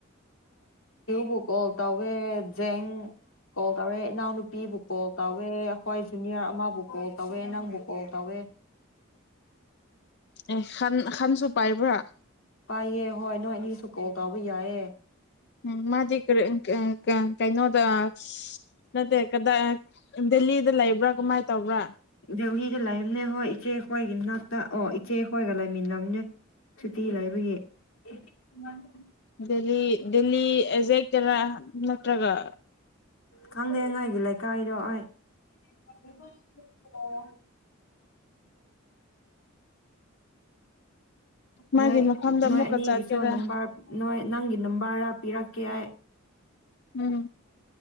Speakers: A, on the left; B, on the left.
A: ꯕꯨ ꯀꯣꯜ ꯇ꯫ ꯖꯦꯡ ꯀꯣꯜ ꯇꯧꯔꯦ꯫ ꯏꯅꯥꯎꯅꯨꯄꯤꯕꯨ ꯀꯣꯜ ꯇꯧꯋꯦ ꯑꯩꯈꯣꯏ ꯖꯨꯅꯤꯌꯔ ꯑꯃꯕꯨ ꯀꯣꯜ ꯇꯧꯋꯦ ꯅꯪꯕꯨ ꯀꯣꯜ ꯇꯧꯋꯦ꯫
B: ꯑꯦ ꯈꯥꯟ ꯈꯥꯟꯁꯨ ꯄꯥꯏꯕꯔꯥ꯫
A: ꯄꯥꯏꯌꯦ ꯍꯣꯏ ꯅꯣꯏꯅꯤ꯫ ꯁꯨ ꯀꯣꯜ ꯇꯧꯕ ꯌꯥꯏꯌꯦ꯫
B: ꯎꯝ ꯃꯥꯗꯤ ꯀꯔꯤ ꯎꯝ ꯀꯌꯥꯝ ꯀꯩꯅꯣꯗ ꯅꯠꯇꯦ ꯀꯗꯥꯏ ꯗꯦꯜꯂꯤꯗ ꯂꯩꯕ꯭ꯔꯥ ꯀꯃꯥꯏꯅ ꯇꯧꯕ꯭ꯔꯥ
A: ꯖꯩꯎꯂꯤꯗ ꯂꯩꯔꯝꯅꯦ ꯍꯣꯏ ꯏꯆꯦꯈꯣꯏꯒꯤ ꯅꯥꯛꯇ ꯑꯣ ꯏꯆꯦ ꯍꯣꯏꯒ ꯂꯩꯃꯤꯟꯅꯝꯅꯦ ꯁꯨꯇꯤ ꯂꯩꯕꯒꯤ <unintelligible>
B: ꯗꯦꯜꯂꯤ ꯗꯦꯜꯂꯤ ꯑꯦꯖꯦꯛ ꯔ ꯅꯠꯇ꯭ꯔꯒ
A: ꯈꯪꯗꯦꯉꯥꯏꯒꯤ ꯂꯩꯀꯥꯏꯗꯣ ꯑꯩ <unintelligible>
B: ꯃꯥꯒꯤ
A: ꯅꯣꯏ
B: ꯃꯐꯝꯗ
A: ꯅꯣꯏ
B: ꯑꯃꯨꯛꯀ
A: ꯑꯅꯤꯒꯤꯁꯨ
B: ꯆꯠꯀꯦꯔꯥ
A: ꯅꯝꯕꯔ ꯅꯣꯏ ꯅꯪꯒꯤ ꯅꯝꯕꯔ ꯄꯤꯔꯛꯀꯦ ꯍꯥꯏ
B: ꯎꯝ